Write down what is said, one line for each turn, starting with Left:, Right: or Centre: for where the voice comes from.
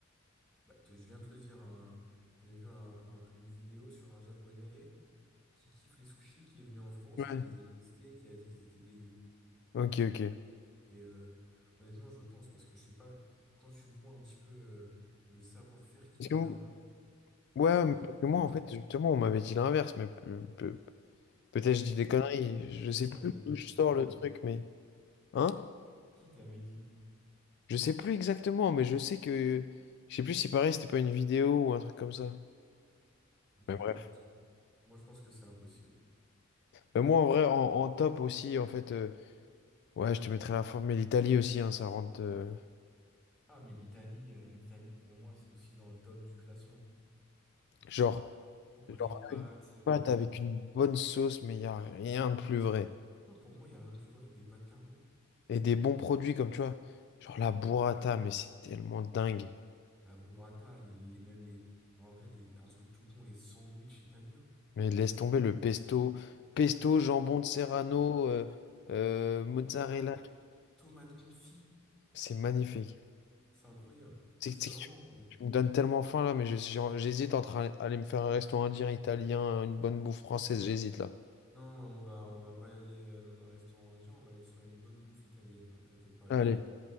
Centre: Bah, je viens de te le dire, un- j'ai vu un- un- une vidéo sur un Japonais qui kiffe les sushis, qui est venu en France,
Left: Ouais.
Centre: qui les a testés et qui a dit qu'ils étaient dégueux.
Left: Ok, ok.
Centre: Et euh, honnêtement, je pense, parce que je sais pas, quand tu vois un petit peu... euh, le savoir-faire qu'il
Left: Parce
Centre: y
Left: que
Centre: a
Left: m-
Centre: là-bas,
Left: ouais,
Centre: Genre,
Left: mais
Centre: c'est-
Left: parce que moi, en fait, justement, on m'avait dit l'inverse, mais pe- pe- peut-être je dis des conneries. Je
Centre: Qui
Left: sais
Centre: t'avait
Left: plus
Centre: dit?
Left: d'où je
Centre: Qui
Left: sors
Centre: t'avait
Left: le
Centre: dit?
Left: truc, mais. Hein?
Centre: Qui t'avait dit?
Left: Je sais plus exactement, mais je sais que. Je sais plus si pareil, c'était pas une vidéo ou un truc comme ça.
Centre: ok,
Left: Mais bref.
Centre: non, parce que moi, je pense que c'est impossible.
Left: Mais moi, en vrai, en, en top aussi, en fait, euh, ouais, je te mettrais la forme, mais l'Italie aussi, hein, ça rentre. euh,
Centre: Ah, mais l'Italie, euh, l'Italie, pour moi, c'est aussi dans le top du classement.
Left: Genre,
Centre: Pour
Left: genre,
Centre: les pâtes,
Left: une
Centre: euh,
Left: pâte avec une bonne sauce, mais il n'y a rien de plus vrai.
Centre: non, pour moi, il n'y a rien de plus vrai que des pâtes carbo.
Left: Et des bons produits comme tu vois, genre la burrata, mais c'est tellement dingue.
Centre: La burrata, les, les- même les, en vrai, les, un truc tout con, les sandwichs italiens.
Left: Mais laisse tomber le pesto, pesto, jambon de Serrano,
Centre: Les
Left: euh,
Centre: to-
Left: euh, mozzarella,
Centre: tomates, tomates confits.
Left: c'est magnifique.
Centre: C'est incroyable.
Left: C'est
Centre: C'est
Left: c'est
Centre: vraiment,
Left: que tu, tu me donnes tellement faim là, mais je- j'en- j'hésite entre aller aller me faire un restaurant indien, italien, une bonne bouffe française, j'hésite là.
Centre: non, on va, on va pas aller euh, dans un restaurant indien, on va aller sur une bonne bouffe italienne, là. T'inquiète pas,
Left: Allez,
Centre: viens avec moi.